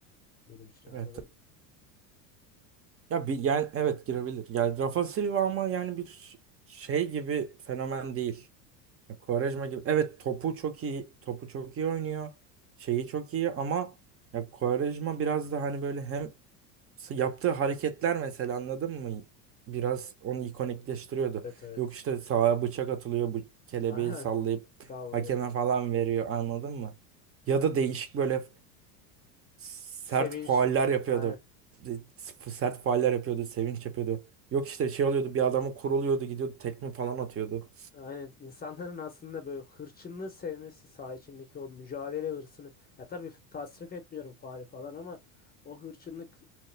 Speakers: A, on the left; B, on the right.
A: benim için anladın
B: Evet.
A: mı?
B: Ya bir yani evet girebilir. Yani Rafa Silva ama yani bir şey gibi fenomen değil. Ya Quaresma gibi. Evet topu çok iyi. Topu çok iyi oynuyor. Şeyi çok iyi ama ya Quaresma biraz da hani böyle hem s- yaptığı hareketler mesela anladın mı? Biraz onu ikonikleştiriyordu.
A: Evet evet.
B: Yok işte sağa bıçak atılıyor, bu
A: <laughs>
B: kelebeği
A: Aynen.
B: sallayıp
A: Sallıyor
B: hakeme
A: falan.
B: falan veriyor anladın mı? Ya da değişik böyle sert
A: Sevinç.
B: fauller yapıyordu.
A: Aynen.
B: E, s- Sert fauller yapıyordu, sevinç yapıyordu. Yok işte şey oluyordu bir adamı kuruluyordu gidiyordu tekme falan atıyordu.
A: Aynen insanların aslında böyle hırçınlığı sevmesi saha içindeki o mücadele hırsını ya tabii tasrif etmiyorum faali falan ama o hırçınlık